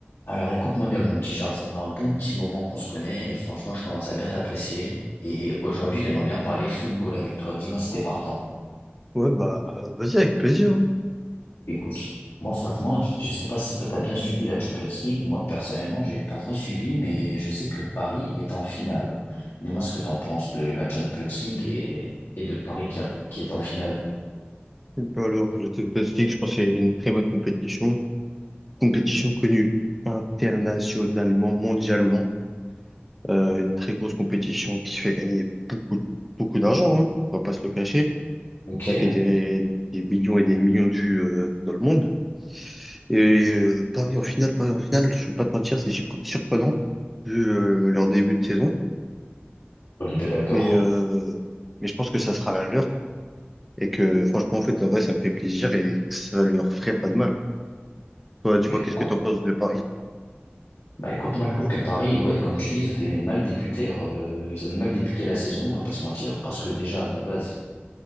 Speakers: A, on the left; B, in the centre.
A: Alors écoute-moi bien mon petit Charles, ça fait un bon petit moment qu'on se connaît et franchement je commence à bien t'apprécier et aujourd'hui j'aimerais bien parler football avec toi, dis-moi si t'es partant.
B: Ouais, bah, vas-y, avec plaisir. hein.
A: Écoute, moi franchement je sais pas si toi t'as bien suivi la Champions League, moi personnellement j'ai pas trop suivi mais je sais que Paris est en finale. Dis-moi ce que t'en penses de la Champions League et, et de Paris qui, a- qui est en finale.
B: bah alors, je te je te dis que je pense que c'est une très bonne compétition. Compétition connue internationalement, mondialement. Euh, une très grosse compétition qui fait gagner beaucoup, beaucoup d'argent, hein. On va pas se le cacher.
A: Ok,
B: Ça fait des, des millions et des millions de vues, euh, dans le monde. Et euh, Paris en finale, Paris en finale, je vais pas te mentir, c'est surpre- surprenant vu euh, leur début de saison.
A: on est bien d'accord.
B: Mais, euh, mais je pense que ça sera la leur et que franchement, en fait, en vrai, ça me fait plaisir et que ça leur ferait pas de mal. Toi, dis-moi,
A: Mais pourquoi,
B: qu'est-ce que t'en penses de Paris?
A: Bah écoute, moi je trouve que Paris, ouais, comme tu dis, ils avaient mal débuté leur, euh, ils avaient mal débuté la saison, on va pas se mentir, parce que déjà de base,